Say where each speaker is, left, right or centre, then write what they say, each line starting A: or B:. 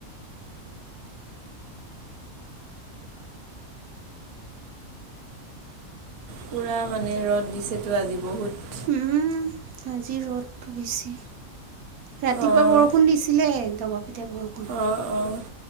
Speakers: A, on the right; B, on the right.
A: পূৰা মানে ৰ'দ দিছেতো আজি বহুত
B: উম আজি ৰ'দটো বেছি। ৰাতিপুৱা
A: অঁ
B: বৰষুণ দিছিলেহে দবা পিঠা বৰষুণ।
A: অঁ অঁ।